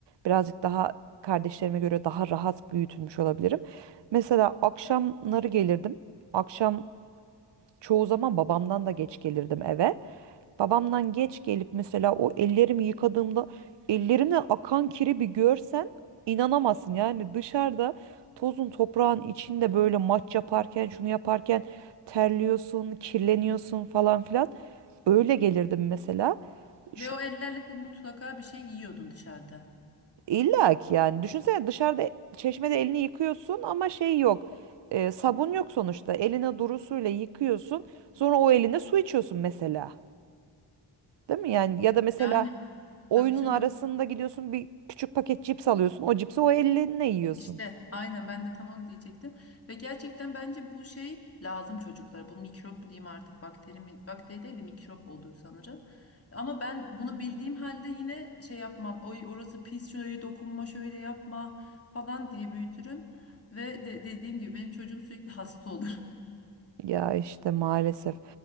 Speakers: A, on the right; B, on the left.
A: Birazcık daha kardeşlerime göre daha rahat büyütülmüş olabilirim. Mesela akşamları gelirdim. Akşam çoğu zaman babamdan da geç gelirdim eve. Babamdan geç gelip mesela o ellerimi yıkadığımda ellerimden akan kiri bir görsen inanamazsın. Yani dışarıda tozun toprağın içinde böyle maç yaparken şunu yaparken terliyorsun, kirleniyorsun falan filan. Öyle gelirdim mesela.
B: <laughs> Ve
A: Şu,
B: o ellerle de mutlaka bir şey yiyordun dışarıda.
A: illa ki yani düşünsene dışarıda çeşmede elini yıkıyorsun ama şey yok. E, sabun yok sonuçta. Eline duru suyla yıkıyorsun. Sonra o eline su içiyorsun mesela. Değil mi? Yani ya da mesela
B: Yani
A: Oyunun
B: tabii canım.
A: arasında gidiyorsun bir küçük paket cips alıyorsun. O cipsi o elinle yiyorsun.
B: İşte aynen ben de tam onu diyecektim. Ve gerçekten bence bu şey lazım çocuklara. Bu mikrop mu diyeyim artık bakteri mi? Bakteri değil de mikrop olur sanırım. Ama ben bunu bildiğim halde yine şey yapmam. Oy orası pis şuraya dokunma şöyle yapma falan diye büyütürüm. Ve de- dediğim gibi benim çocuğum sürekli hasta olur.
A: Ya işte maalesef.